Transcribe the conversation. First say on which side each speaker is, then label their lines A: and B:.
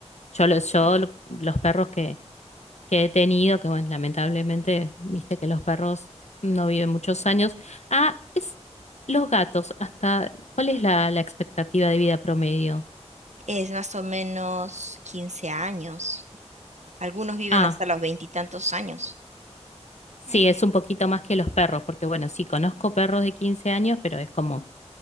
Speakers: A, on the left (about 70°); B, on the right (about 75°).
A: Yo, los,
B: sí.
A: yo lo- los perros que, que he tenido, que bueno, lamentablemente, viste que los perros no viven muchos años. Ah, es los gatos, hasta, ¿cuál es la, la expectativa de vida promedio?
B: Es más o menos quince años. Algunos viven
A: Ah,
B: hasta los veintitantos años.
A: sí, es un poquito más que los perros, porque bueno, sí, conozco perros de 15 años, pero es como,